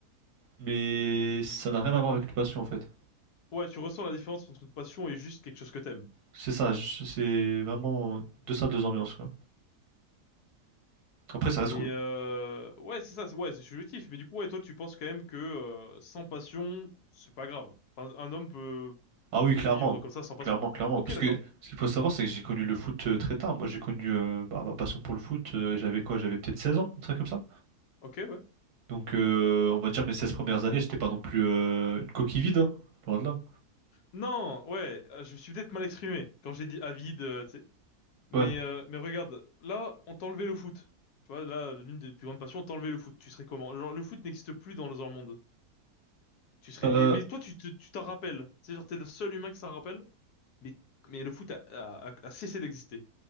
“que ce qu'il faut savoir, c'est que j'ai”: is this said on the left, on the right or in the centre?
Right